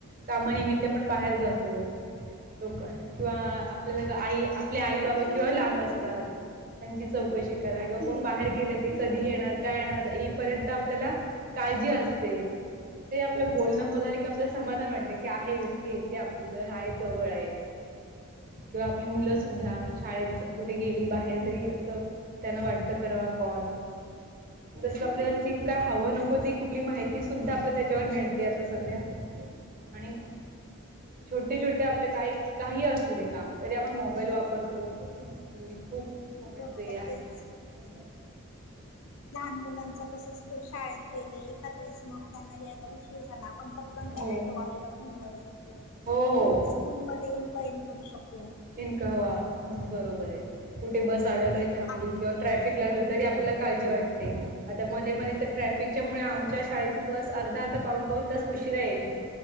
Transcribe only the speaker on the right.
कामानिमित्त पण बाहेर जातो लोक किंवा
आपल्याला आई आपले आई बाबा किंवा लांब असतात. त्यांची चौकशी करा
किंवा कोण बाहेर गेले, ते कधी येणार, काय येणार येईपर्यंत आपल्याला. काळजी असते. ते आपलं बोलणं
हो झालं की,
आपल्या समाधान वाटत की आहे, व्यक्ती येते आपली ज आहे जवळ आहे. किंवा
आपली मुलं सुद्धा शाळेत कुठे गेली, बाहेर
तरी
असं त्यांना वाटतं करावा कॉल तसच आपल्याला की
काय हव नको
ते कुठली माहिती सुद्धा आपल्या त्याच्यावर मिळते आता सध्या. आणि छोटे छोटे आपले काही काही असं. काम तरी आपण मोबाईल वापरतो खूप मोबाईलच
आहे.
हम.
हो
हो हो
इन कवा म्हण बरोबर आहे कुठे बस अड थांबली
की. किंवा ट्रॅफिक लागलं तरी आपल्याला
काळजी वाटते. आता मध्ये मध्ये तर ट्रॅफिकच्या मुळे आमच्या शाळेची बस अर्धा अर्धा पाऊन पाऊन तास उशिरा यायची.